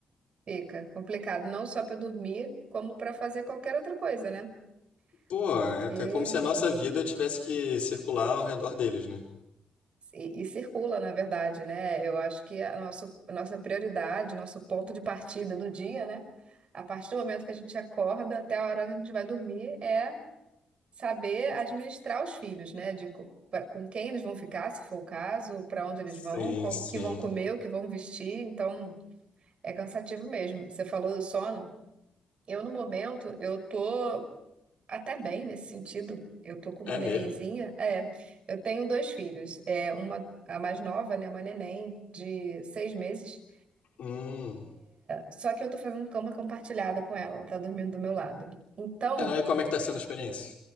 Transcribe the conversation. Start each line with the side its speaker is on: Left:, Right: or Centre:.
Right: Fica complicado não só para dormir, como para fazer qualquer outra coisa, né?
Left: Pô,
Right: Porque
Left: é é como se a nossa vida tivesse que circular ao redor deles, né?
Right: e, e circula, na verdade, né? Eu acho que a nosso, a nossa prioridade, o nosso ponto de partida do dia, né? A partir do momento que a gente acorda até a hora que a gente vai dormir, é saber administrar os filhos, né? De co- pra- com quem eles vão ficar, se for o caso, para onde eles
Left: Sim,
Right: vão, com- o
Left: sim.
Right: que vão comer, o que vão vestir. Então, é cansativo mesmo. Você falou do sono. Eu, no momento, eu tô até bem nesse sentido. Eu tô com uma
Left: É
Right: nenenzinha.
Left: mesmo?
Right: É, eu tenho dois filhos. É, uma, a mais nova, né? Uma neném de seis meses.
Left: Hum.
Right: Só que eu tô fazendo cama compartilhada com ela. Ela tá dormindo do meu lado. Então,
Left: Ah, e como é que tá sendo a experiência?